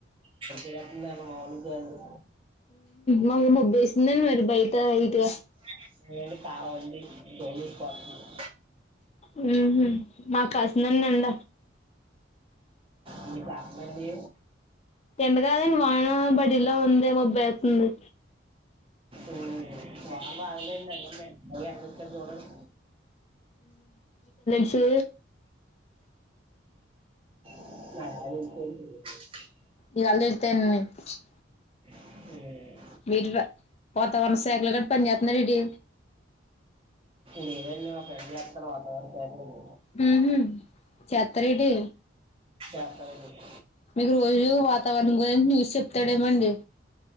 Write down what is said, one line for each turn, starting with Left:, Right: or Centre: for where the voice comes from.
Right: తెగ కొట్టెతుందండి మాములుగా కాదు
Left: మాకేమో ముబ్బేసిందండి మరి బయట ఇటు
Right: <unintelligible>
Left: ఉమ్ మాకు కాసిందండి ఎండ
Right: మీకు కాసిందాండి
Left: ఎండ కాదండి వాన పడేలా ఉంది మబ్బేస్తుంది
Right: ఉమ్ వాన రాదులేండి ఎండలే అదిగో ఎండొచింది చూడండి
Left: చూ
Right: <unintelligible>
Left: ఇవాళే <unintelligible>
Right: ఉమ్
Left: మీరు వాతావరణ శాఖలో గాని పని చేస్తున్నారా ఏటి
Right: లేదండి మా ఫ్రెండ్ చెత్తాడు వాతావరణ శాఖలోని
Left: ఉహు చెత్తారేటి
Right: చెత్తారండి
Left: మీకు రోజు వాతావరణం గురించి న్యూస్ చెప్తాడేమండి